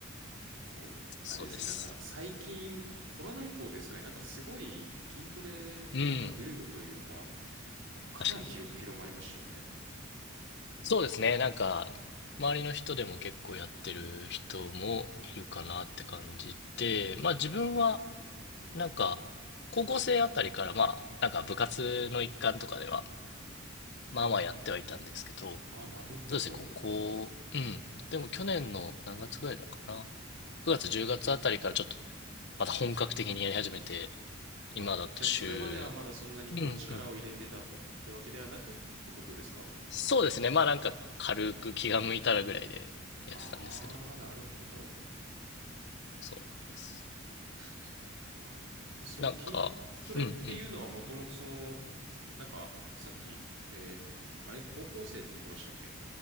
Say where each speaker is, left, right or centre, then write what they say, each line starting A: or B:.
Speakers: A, on the right (about 65°); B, on the left (about 55°).
A: 結構、
B: そうです。
A: あれですね、なんか最近、コロナ以降ですかね、なんかすごい筋トレ、
B: うん、
A: なんかブームというか、なんかかなり広く広まりましたよね。
B: 確かに。そうですね。なんか、周りの人でも結構やってる人もいるかなって感じで、まあ自分は
A: あ、うんうん
B: なんか、高校生あたりからまあ、なんか部活の一環とかでは、まあまあやってはいたんですけど、
A: あ、なるほど。
B: そうですね、ここ、うん。でも去年の何月ぐらいだかな。9月、10月あたりからちょっとまた本格的にやり始めて、今だと週、
A: あ、じゃあそれまではまだそんなにこう力を入れてたってわけではなくってことですか
B: うんうん。そうですね、まあなんか軽く気が向いたらぐらいでやってたんですけど、
A: あー、なるほど。
B: そうなんです。
A: そっか。え、その筋トレっていうのはもともとその、
B: なんか、うんうん。
A: なんか、さっき、えーあれ、高校生って言ってましたっけ